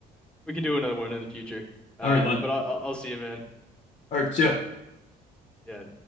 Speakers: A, in the centre; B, on the left.
A: We can do another one in the future. Uh,
B: All right, let,
A: but I'll, I'll I'll see you, man.
B: all right, see ya.
A: Yeah.